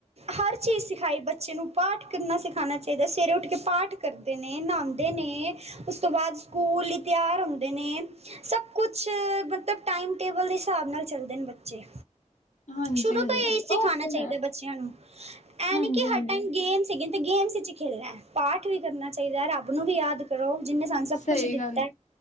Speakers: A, on the right; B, on the left.
A: ਹਰ ਚੀਜ਼ ਸਿਖਾਈ ਬੱਚੇ ਬੱਚੇ ਨੂੰ ਪਾਠ ਕਰਨਾ ਸਿਖਾਣਾ ਚਾਹੀਦਾ ਸਵੇਰੇ ਉੱਠ ਕੇ ਪਾਠ ਕਰਦੇ ਨੇ ਨਹਾਂਦੇ ਨੇ ਉਸ ਤੋਂ ਬਾਅਦ ਸਕੂਲ ਲਈ ਤਿਆਰ ਹੁੰਦੇ ਨੇ ਸਭ ਕੁਛ ਮਤਲਬ ਟਾਈਮ ਟੇਬਲ ਦੇ ਹਿਸਾਬ ਨਾਲ ਚੱਲਦੇ ਨੇ ਬੱਚੇ
B: ਹਾਂਜੀ-ਹਾਂਜੀ
A: ਸ਼ੁਰੂ ਤੋਂ ਇਹੀ ਸਿਖਾਉਣਾ
B: ਉਹ ਤੇ
A: ਚਾਹੀਦਾ
B: ਹੈ।
A: ਬੱਚਿਆਂ ਨੂੰ ਇਹ
B: ਹਾਂਜੀ-ਹਾਂਜੀ।
A: ਨੀ ਕਿ ਹਰ ਟਾਈਮ ਗੇਮ ਤੇ ਗੇਮਸ ਵਿੱਚ ਖੇਲਣਾ ਪਾਠ ਵੀ ਕਰਨਾ ਚਾਹੀਦਾ ਹੈ ਰੱਬ ਨੂੰ ਵੀ ਯਾਦ ਕਰੋ ਜਿਹਨੇ ਸਾਨੂੰ ਸਭ
B: ਸਹੀ
A: ਕੁਛ ਦਿੱਤਾ
B: ਗੱਲ ਏ।